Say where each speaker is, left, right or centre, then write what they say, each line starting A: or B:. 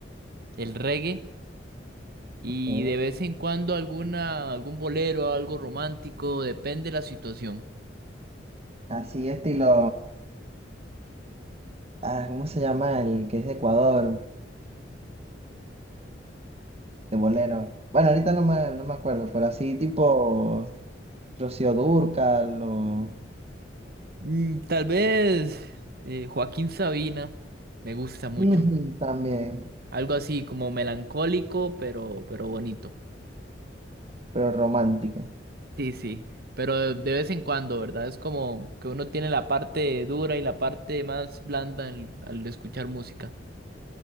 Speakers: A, on the right (about 55°); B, on the right (about 35°).
A: el reggae y
B: Ok.
A: de vez en cuando alguna, algún bolero, algo romántico, depende de la situación.
B: Así estilo... Ah, ¿cómo se llama el que es de Ecuador? de bolero. Bueno, ahorita no me, no me acuerdo, pero así tipo Rocío Dúrcal o
A: Mm, Tal vez eh, Joaquín Sabina me gusta mucho.
B: Ujú. también,
A: Algo así como melancólico, pero, pero bonito.
B: pero romántico.
A: Sí, sí. Pero de de vez en cuando, ¿verdad? Es como que uno tiene la parte dura y la parte más blanda al, al escuchar música.